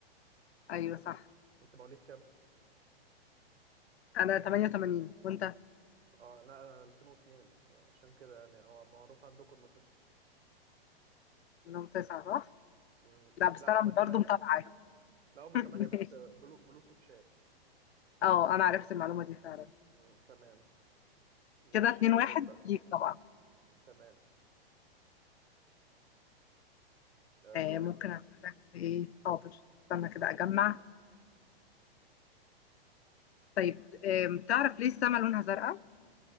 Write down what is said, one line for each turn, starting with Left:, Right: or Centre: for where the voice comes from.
Left: ايوه صح
Right: انت مواليد كام؟
Left: انا 88 وانت
Right: اه لا انا 2002 عشان كده يعني اه معروف عندكم انه تسعة
Left: منهم 9 صح
Right: مم.
Left: لا بس
Right: لا هم
Left: انا
Right: ثمانية
Left: برضه متابعة <laughs>
Right: لا هم
Left: ماشي.
Right: ثمانية بس بلو... بلوتو اتشال
Left: اه انا عرفت المعلومة دي فعلا
Right: مم، تمام ماشي
Left: كده 2
Right: دورك
Left: 1
Right: بقى
Left: ليك طبعا
Right: تمام آه،
Left: آه،
Right: دورك
Left: ممكن
Right: بقى
Left: أسألك في إيه حاضر استنى كده أجمع طيب آم، تعرف ليه السما لونها زرقاء؟